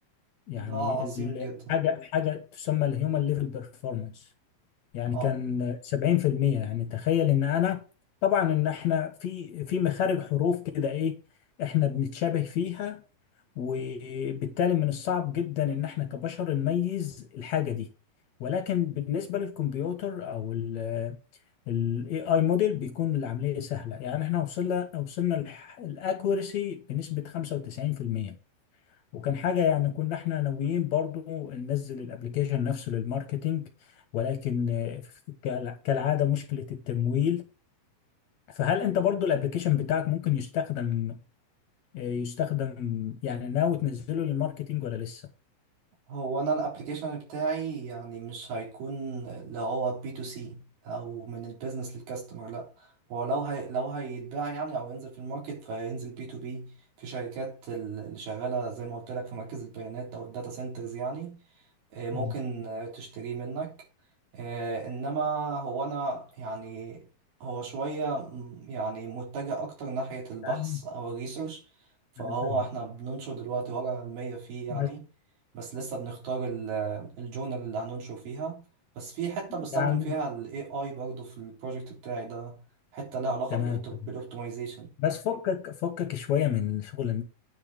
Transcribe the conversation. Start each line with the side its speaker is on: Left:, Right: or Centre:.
Left: يعني
Right: ده عظيم
Left: ال-
Right: جدا
Left: حاجة حاجة تسمى الهيومن ليفل بيرفورمانس يعني
Right: اه
Left: كان 70% يعني تخيل إن أنا طبعا إن إحنا في في مخارج حروف كده إيه إحنا بنتشابه فيها وبالتالي من الصعب جدا ان احنا كبشر نميز الحاجة دي ولكن بالنسبة للكمبيوتر او ال AI موديل بيكون العملية سهلة يعني احنا وصلنا وصلنا الاكوريسي بنسبة 95% وكان حاجة يعني كنا احنا ناويين برضو ننزل الابليكيشن نفسه للماركتينج ولكن آه، كالع- كالعادة مشكلة التمويل فهل انت برضو الابليكيشن بتاعك ممكن يستخدم آه، يستخدم يعني ناوي تنزله للماركتينج ولا لسه؟
Right: هو انا الابليكيشن بتاعي يعني مش هيكون اللي هو بي تو سي او من البيزنس للكاستمر لا هو لو هي لو هيتباع يعني او ينزل في الماركت فينزل بي تو بي في شركات ال- اللي شغاله زي ما قلت لك في مركز البيانات او الداتا سنترز يعني آه، ممكن
Left: أه،
Right: آه، تشتريه منك آه، انما هو انا يعني هو شوية م- يعني متجه اكتر ناحية البحث
Left: فاهم
Right: او الريسيرش فهو
Left: أنا فاهم
Right: احنا بننشر دلوقتي ورقة علمية فيه يعني
Left: بس
Right: بس لسه بنختار ال- الجورنال اللي هننشر فيها بس في حتة بستخدم
Left: يعني
Right: فيها ال AI برضه في البروجكت بتاعي ده حتة لها علاقة
Left: تمام
Right: بالأوبت- بالاوبتمايزيشن
Left: تمام بس فكك فكك شوية من شغل